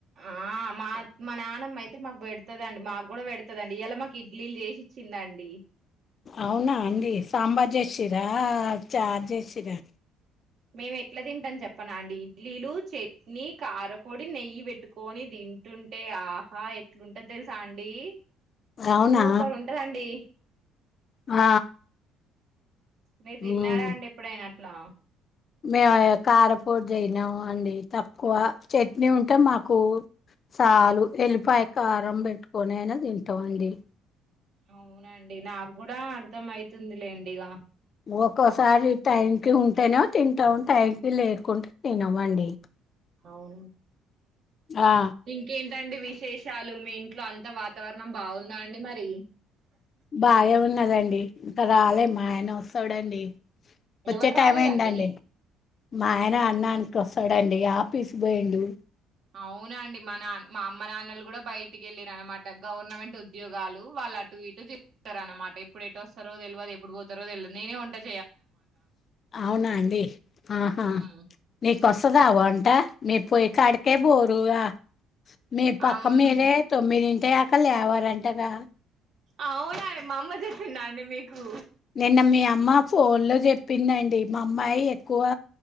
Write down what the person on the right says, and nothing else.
ఆ మా మా నానమ్మ అయితే మాకు పెడతదండి మాకు కూడా పెడతుందిండి ఇలా మాకు ఇడ్లీలు చేసిచ్చిందండి
మేము ఎట్లా తిం ని చెప్పన అండి ఇడ్లీలు చట్నీ కారపొడి నెయ్యి పెట్టుకొని తింటుంటే ఆహా ఎట్లుంటది తెలుసా అండి
సూపర్ ఉంటదండి
మీరు తిన్నరా
అండి ఎప్పుడైనా లా
అవునండి నాకు కూడా అర్ధం అయితుంది లెండి ఇగ
అవును
ఇంకేంటి ఎంతండి విశేషాలు మీ ఇంట్లో అంత వాతావరణం బాగుందా అండి మరి
ఎవరు
రాలేదండి
అవున అండి మా నాన్న మా అమ్మ నాన్నలు కూడా బయటికి వెళ్ళారు అనమాట గవర్నమెంట్ ఉద్యోగాలు వాళ్ళు అటు ఇటు తస్తార అనమాట ఎప్పుడు ఎటు వస్తారో తెలియదు ఎప్పుడు పోతారో తెలియదు నేనే ఉంటాంది
ఉమ్
అవును
అవునాండి మా అమ్మ చెప్పినాండి మీకు